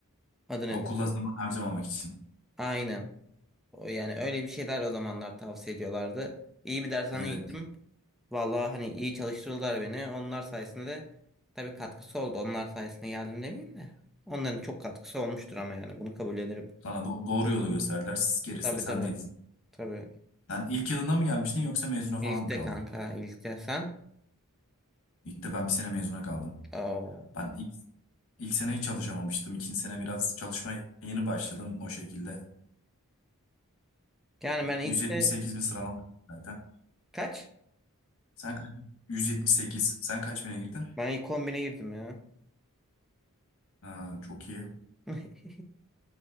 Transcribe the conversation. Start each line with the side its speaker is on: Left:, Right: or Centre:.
Centre: Adı nedir?
Left: Okula zaman harcamamak için.
Centre: Aynen. O yani öyle bir şeyler o zamanlar tavsiye ediyorlardı. İyi bir dershane
Left: Evet.
Centre: gittim. Vallahi hani iyi çalıştırdılar beni. Onlar sayesinde de tabii katkısı oldu. Onlar sayesinde geldim demeyeyim de. Onların çok katkısı olmuştur ama yani bunu kabul ederim.
Left: Sana do- doğru yolu gösterdiler. Siz gerisi
Centre: Tabii
Left: de sendeydin.
Centre: tabii. Tabii.
Left: Sen ilk yılında mı gelmiştin yoksa mezuna falan
Centre: İlkte
Left: mı kaldın?
Centre: kanka, ilkte sen.
Left: İlk de ben bir sene mezuna kaldım.
Centre: Oo.
Left: Ben ilk İlk sene hiç çalışamamıştım. İkinci sene biraz çalışmaya yeni başladım o şekilde.
Centre: Yani ben ilkte
Left: 178 bin sıralama zaten.
Centre: kaç?
Left: Sen kaç? 178. Sen kaç bine girdin?
Centre: Ben ilk kombine girdim ya.
Left: Ha, çok iyi.
Centre: <laughs>